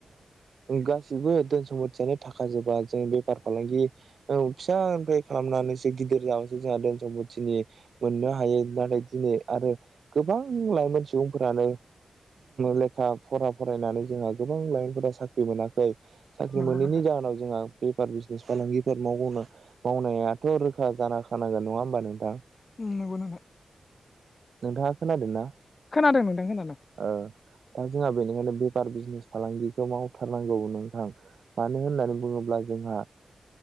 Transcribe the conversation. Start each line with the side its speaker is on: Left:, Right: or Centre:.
Right: गासिबो धोन समपथियानो थाखाजोबा जों बेफार फालांगि ओ फिसा सानिफ्राय खालामनानैसो गिदिर जाबो जादों। जथिनि मोननो हायो नाथाय दिनै आरो गोबां लाइमोन सुबुंफोरानो लेखा फरा फरायनानै जोंहा गोबां लाइ साख्रि मोनाखै साख्रि
Left: नंगौ
Right: मोनैनि
Left: नोंथां
Right: जाहोनाव जोंहा बेफार बिजनेस फालांगिफोर मावनो मावनायाथ' रोखा जाखानांगोन नङा होमबा नोंथां?
Left: नंगौ नोंथां
Right: नोंथाङा खोनादोंना
Left: खोनादों नोंथां खोनादों
Right: ओ दा जोंहा बेनिखायनो। बेफार बिजनेस फालांगिखौ मावथारनांगौ नोंथां मानो होननानै बुङोब्ला जोंहा